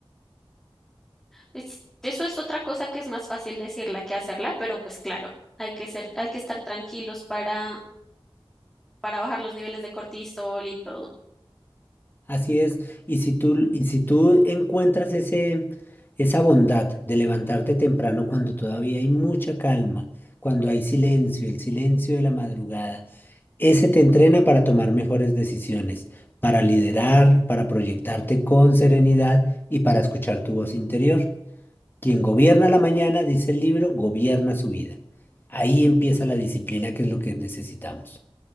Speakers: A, in the centre; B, on the left.
A: Es- eso es otra cosa que es más fácil decirla que hacerla, pero pues claro, hay que ser, hay que estar tranquilos para, para bajar los niveles de cortisol y todo.
B: Así es. Y si tú, y si tú encuentras ese, esa bondad de levantarte temprano cuando todavía hay mucha calma, cuando hay silencio, el silencio de la madrugada, ese te entrena para tomar mejores decisiones, para liderar, para proyectarte con serenidad y para escuchar tu voz interior. Quien gobierna la mañana, dice el libro, gobierna su vida. Ahí empieza la disciplina, que es lo que necesitamos.